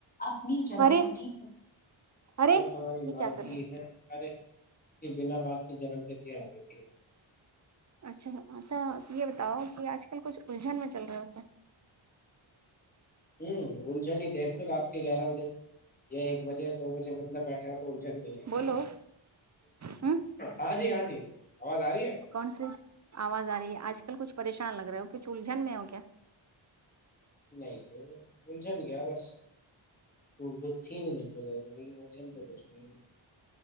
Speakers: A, on the left; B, on the right.
A: اپنی جنم
B: ارے
A: تتھی
B: ارے
A: جو تمہاری
B: یہ
A: ماں
B: کیا کر
A: کی
B: رہے
A: ہے ارے یہ بنا بعد کی جنم تھی آ تھی
B: اچھا اچھا یہ بتاؤ کہ آج کل کچھ الجھن میں چل رہا ہو کیا
A: ہوں الجھن دیکھ لو رات کے گیارہ بجے یا ایک بجے یا دو بجے بندہ بیٹھا ہو جھن نہیں ہے
B: بولو ہوں
A: ہاں جی ہاں جی آواز آ رہی ہے
B: کون سی آواز آ رہی ہے آج کل کچھ پریشان لگ رہا ہے ہو کھ ال الجھن میں ہو کیا
A: نہیں تو بولج ن گ بس اگھی نہیں نک ج نہیں تو کچھ نہیں